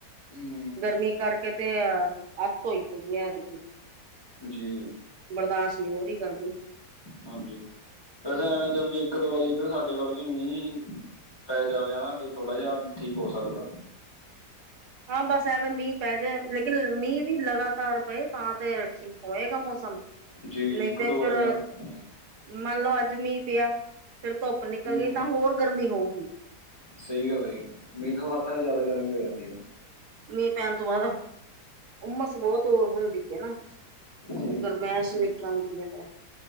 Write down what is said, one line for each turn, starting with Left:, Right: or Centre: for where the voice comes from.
Left: ਹੂੰ
Right: ਗਰਮੀ ਕਰਕੇ ਤੇ ਆ ਅਤ ਹੋਈ ਪਈ ਐ ਐਤਕੀ।
Left: ਜੀ।
Right: ਬਰਦਾਸ਼ਤ ਨਹੀਂ ਹੋ ਰਹੀ ਗਰਮੀ।
Left: ਹਾਂਜੀ, ਵੈਸੇ ਐਵੇਂ ਚਲੋ ਜੇ ਇੱਕ ਦੋ ਵਾਰੀ ਇੱਧਰ ਸਾਡੇ ਵੱਲ ਵੀ ਨੀਂ ਪੈ ਜਾਵੇ ਨਾ ਫ਼ਿਰ ਥੋੜਾ ਜਿਹਾ ਠੀਕ ਹੋ ਸਕਦਾ।
Right: ਹਾਂ, ਬਸ ਐਵੇ ਮੀਂਹ ਪੈ ਜਾਏ ਲੇਕਿਨ ਮੀਂਹ ਵੀ ਲਗਾਤਾਰ ਪਏ ਤਾਂ ਤੇ ਠੀਕ ਹੋਏਗਾ ਮੌਸਮ।
Left: ਜੀ
Right: ਨਹੀਂ
Left: ਇੱਕ
Right: ਤੇ
Left: ਦੋ
Right: ਫਿਰ
Left: ਵਾਰੀ ਨਾਲ ਤਾਂ ਹਾਂ,
Right: ਮੰਨ ਲੋਓ ਅੱਜ ਮੀਂਹ ਪਿਆ ਫਿਰ ਧੁੱਪ ਨਿਕਲ
Left: ਹੂੰ
Right: ਗਈ
Left: ਹੂੰ
Right: ਤਾਂ ਹੋਰ ਗਰਮੀ ਹੋਊਗੀ।
Left: ਸਹੀ ਗੱਲ ਏ, ਮੀਂਹ ਤੋਂ ਬਾਦ ਤਾਂ ਜਿਆਦਾ ਗਰਮੀ ਹੋ ਜਾਂਦੀ ਆ।
Right: ਮੀਂ ਪੈਣ ਤੋਂ ਬਾਅਦ ਉਮਸ ਬਹੁਤ ਹੁੰਦੀ ਏ ਨਾ।
Left: ਜੀ ਜੀ
Right: ਗਰਮੈਸ਼ ਨਿਕਲ ਦੀ ਹੈ ਫਿਰ